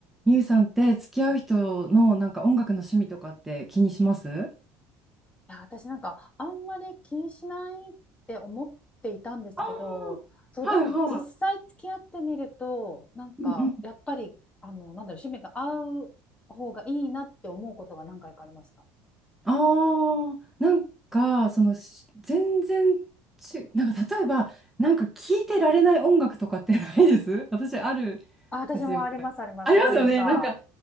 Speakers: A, in the centre; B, on the left.
A: ミュウさんって付き合う人のなんか音楽の趣味とかって気にします
B: いや、私なんかあんまり気にしないって思っていたんですけど、
A: ああ
B: そう、でも実際付き合ってみると、
A: ー、はいは
B: なんかやっぱり、
A: い。うんうん。
B: あの、なんだろう、趣味が合う方がいいなって思うことが何回かありました。
A: ああ、なんかそのし全然ち、なんか例えばなんか聴いてられない音楽とかってないです <laughs> 私あるん
B: あ、私もあります、
A: ですよ。
B: あります。
A: ありますよね。
B: なんか、
A: なんか